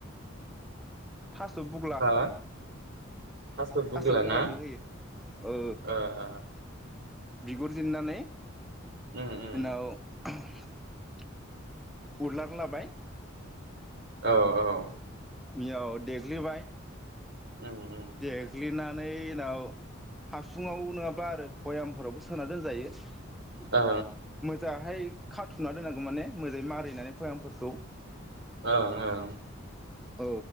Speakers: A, in the centre; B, on the right.
A: थास' बुग्ला
B: हो थास' बुग्ला
A: थासो बुग्लाखौ
B: ना
A: होयो औ
B: ओ ओ
A: बिगुरजेननानै
B: उम उम
A: उनाव <unintelligible> <unintelligible> लाबाय
B: औ औ
A: बेयाव देग्लिबाय
B: <unintelligible>
A: देग्लिनानै उनाव हासुुङाव नङाब्ला आरो बयामफोरावबो सोना दोनजायो
B: ओं
A: मोजां हाय खाथुना दोननांगौ माने मोदाङै मारिनानै भयामफोरखौ
B: ओं ओं
A: औ